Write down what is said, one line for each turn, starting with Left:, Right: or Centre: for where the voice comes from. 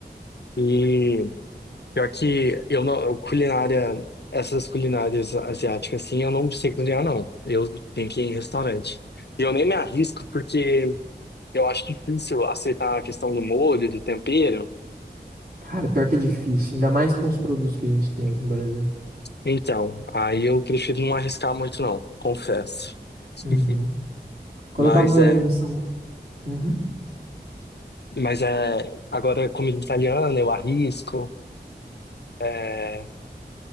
Left: E Pior que eu não, culinária, essas culinárias asiáticas assim, eu não sei cozinhar não. Eu tenho que ir em restaurante. E eu nem me arrisco porque eu acho difícil aceitar a questão do molho, do tempero.
Right: Cara, pior que é difícil. Ainda mais com os produtos que a gente tem aqui no Brasil.
Left: Então, aí eu prefiro não arriscar muito não, confesso.
Right: Uhum.
Left: <laughs>
Right: Quando
Left: Mas
Right: eu tava morando
Left: é,
Right: em São... Uhum.
Left: mas é, agora comida italiana eu arrisco, é,